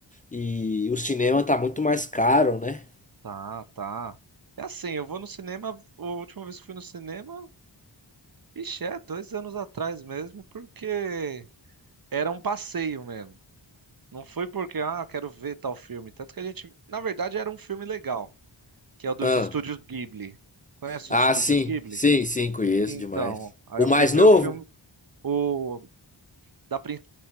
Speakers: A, on the left; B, on the right.
A: e o cinema tá muito mais caro, né?
B: Tá, tá. É assim, eu vou no cinema. A última vez que fui no cinema, vixe, é dois anos atrás mesmo, porque era um passeio mesmo. Não foi porque, ah, quero ver tal filme. Tanto que a gente, na verdade, era um filme legal, que é o dos
A: Ah,
B: estúdios Ghibli. Conhece
A: ah,
B: os estúdios
A: sim,
B: Ghibli?
A: sim, sim, conheço
B: Então,
A: demais.
B: aí
A: O
B: eu
A: mais
B: fui ver
A: novo?
B: o filme, o da Prin...